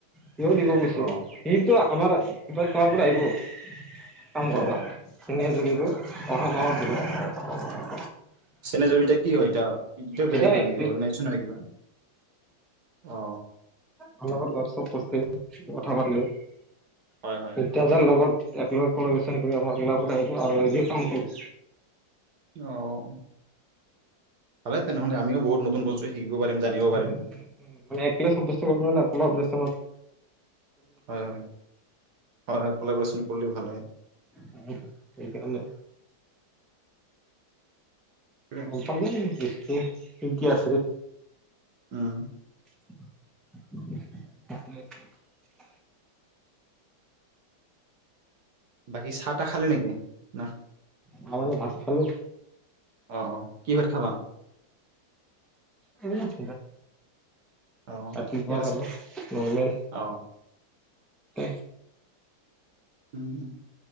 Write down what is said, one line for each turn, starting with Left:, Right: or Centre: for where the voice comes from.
Centre: সিও দিব কৈছে
Right: অ
Centre: সিো আমাৰ তই খোৱা ব আহিব
Right: অ
Centre: আম কৰৰবা নে যুৰি। কি। অ বহুত দূৰত।
Right: চেনে জমি এ কি হয় এতিয়া। বেলেগ
Centre: এতিয়া
Right: হয়
Centre: এনপি
Right: নেকি অৰ্গেনাইজন ন কিবা অ।
Centre: ভাল লগ দৰ্শক কছে কথা পাতিলে। এতিয়াজাৰ
Right: হয় হয়
Centre: লগত। একেলগে কন আমাৰ কালাবত আহিব আৰু যি কাম কৰ।
Right: আহ। ভাল তেনেহ'লেমিও বহতুন ব্তু শিক পাৰিম। জানিব পাৰিম
Centre: উ উ উ ম একলে চত কৰিব ন ক অপচনত।
Right: হয় হয়, হয় হয় কলেবৰেচন কৰিলে। ভালে।
Centre: উ সেইকাৰণে।
Right: সেইটোৱে,
Centre: অ প। কি কি আছে।
Right: উম।
Centre: <unintelligible>
Right: বাকী চাহ তাহ খালে নেকি না।
Centre: মানে ভাত খালো
Right: আহ কি ভাত খাবা।
Centre: হে বিলাক
Right: অ
Centre: ৰাতিপুৱা
Right: ঠিকে আছে
Centre: আৰু নৰ্মেল।
Right: অ
Centre: উ।
Right: উম।